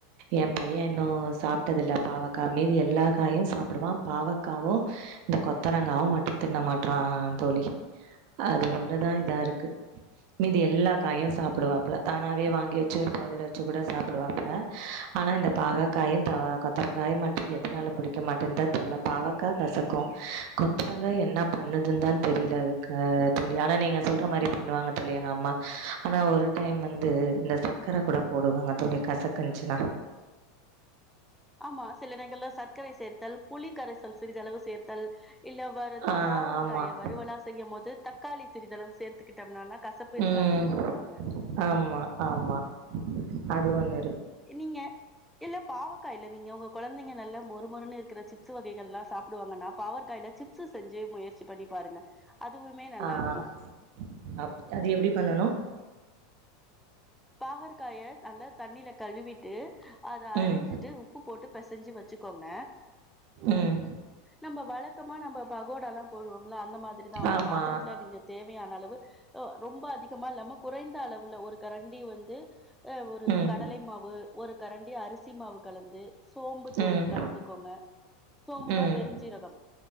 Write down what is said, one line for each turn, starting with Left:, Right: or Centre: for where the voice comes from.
Right: என் பையன் இன்னு சாப்பிட்டது இல்ல பாவக்காய் மீதி எல்லா காயும் சாப்பிடுவான் பாவக்காவு இந்த கொத்தரங்காவு மட்டும் தின்ன மாட்டறான் தோழி அது ஒண்ணுதான் இதா இருக்கு மீதி எல்லா காயும் சாப்பிடுவாப்பல தானாவே வாங்கி வச்சு ஒரு பவுல்ல வச்சு கூட சாப்புடுவாப்பல ஆனா இந்த பாகக்காயும் த கொத்தரங்காயும் மட்டும் எதனால புடிக்க மாட்டேங்குது தெரியில பாவக்காய் கசக்கு கொத்தரங்காய் என்ன பண்ணுதுன்னு தான் தெரில தோழி ஆனா நீங்க சொல்ற மாதிரி பண்ணுவாங்க தழி எங்க அம்மா ஆனா ஒரு டைம் வந்து இந்த சர்க்கரை கூட போடுவாங்க தோழி கசக் கஞ்ச்னா
Centre: ஆமா சில இடங்கள சர்க்கரை சேர்த்தல் புலி கரைசல் சிறிதளவு சேர்த்தல் இல்ல வருத்த
Right: ஆ
Centre: பாவர்காய
Right: ஆமாம்
Centre: வறுவலா செய்யும் போது தக்காளி சிறிதளவு சேர்த்துக்கிட்டம்னாலா கசப்பு இருக்காதுனு
Right: ம்
Centre: சொல்லுவாங்க
Right: ஆமாம் ஆமாம் அது வந்த்
Centre: நீங்க இல்ல பாவக்காய்ல நீங்க உங்க குழந்தைங்க நல்ல ஒரு மொறுன்னு இருக்கிற சிப்ஸ் வகைகள் எல்லா சாப்புடுவாங்கன்னா பாவக்காய்ல சிப் ப்ஸ்சு செஞ்சி முயற்சி பண்ணி பாருங்க அதுவுமே நல்லா
Right: ஆஹ
Centre: இருக்கு
Right: அப் அது எப்டி பண்ணணு
Centre: பாகற்காய நல்லா தண்ணில கழுவிட்டு ஹ அத அறிஞ்சிட்டு
Right: ம்
Centre: உப்பு போட்டுப் ப்பேசஞ்சி வச்சுக்கோங்க
Right: ம்
Centre: நம்ப வளத் சுத்தமா நம்ம பகோட எல்லா போடுவோம்ல அந்த மாதிரிதான் ஒரு
Right: ஆமா
Centre: பாத்திரத்துல நீங்க தேவையான அளவு ஒ ரொம்ப அதிகமா இல்லாம குறைந்த அளவுல ஒரு கரண் வண்டி வந்து அ ஒரு
Right: ம்
Centre: கடலை மாவு ஒரு கரண்டி அரிசி மாவு கலந்து சோம்பு தூள்
Right: ம்
Centre: கலந்துக்கோங்க சோம்புனா
Right: ம்
Centre: பெருஞ்சீரகம்